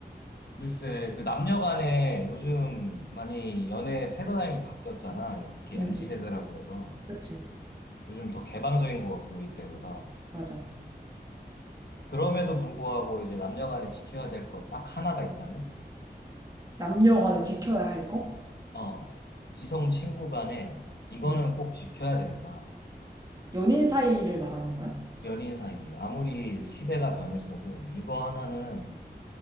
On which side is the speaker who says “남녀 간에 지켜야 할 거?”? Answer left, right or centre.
Right